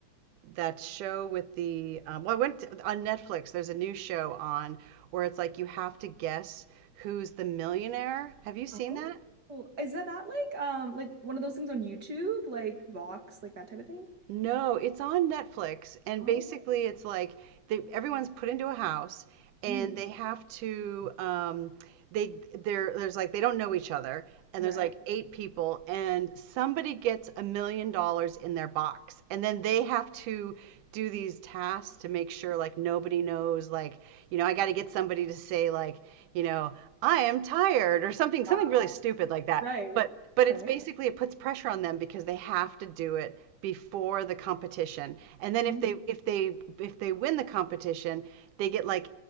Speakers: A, on the right; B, on the right.
A: that show with the, um, well, I went to, on Netflix, there's a new show on where it's like you have to guess who's the millionaire. Have you seen
B: Oh,
A: that?
B: cool. Is that that like um like one of those things on YouTube, like Vox, like that type of thing?
A: No, it's on Netflix, and
B: Oh.
A: basically it's like they, everyone's put into a house and
B: Mm,
A: they have to um they there there's like they don't know each other and
B: right.
A: there's like eight people and somebody gets a million dollars in their box and then they have to do these tasks to make sure like nobody knows like you know I got to get somebody to say like you know I am tired or something something
B: Wow.
A: really stupid like that.
B: Right.
A: But but
B: Okay.
A: it's basically it puts pressure on them because they have to do it before the competition and then if
B: Mm.
A: they if they if they win the competition they get like